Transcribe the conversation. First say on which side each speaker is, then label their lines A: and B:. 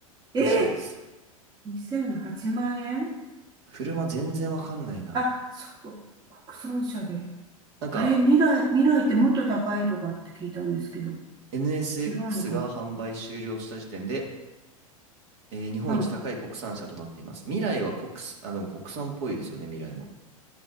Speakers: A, on the right; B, on the right.
A: え
B: らしいです。
A: 2008万円
B: 車全然わかんないな。
A: あ、そこ、国産車で。
B: なんか
A: あれ、未来、未来ってもっと高いとかって聞いたんですけど、
B: NSX
A: 違うのかな
B: が販売終了した時点で、えー日本一高い国産車となっています。
A: うん、
B: 未来は国産、あ、でも国産っぽいですよね、未来も。